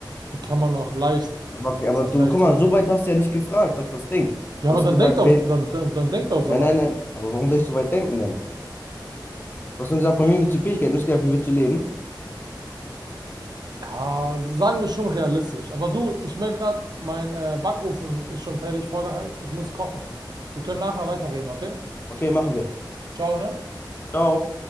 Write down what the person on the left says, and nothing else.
Aber,
aber
du,
guck
mal, so weit hast du ja nicht gefragt, das ist das Ding.
Du
hast
gesagt,
wen?
Nein,
nein, nein. Aber warum soll ich so weit denken denn? Du hast nur gesagt,
von mir willst du die Fähigkeiten. Du hast gesagt, wie willst du leben?
Okay, machen wir.
Ciao.